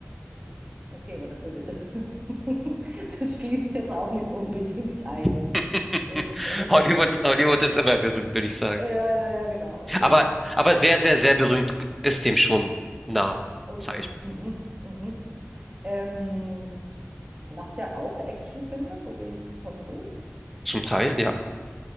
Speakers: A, on the right (about 30°); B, in the centre.
A: Okay, aber das, hätte- <laughs> das schließt jetzt auch nicht unbedingt ein
B: <laughs>
A: in, in
B: Hollywood,
A: Hollywood.
B: Hollywood ist immer berühmt, würde ich sagen.
A: Äh, Ja, ja, ja, genau. Okay.
B: Aber, aber
A: Äh,
B: sehr, sehr, sehr berühmt ist dem schon nah,
A: okay.
B: sag ich mal.
A: Mhm, mhm. Ähm, macht der auch Actionfilme, so wie Tom Cruise?
B: Zum Teil, ja,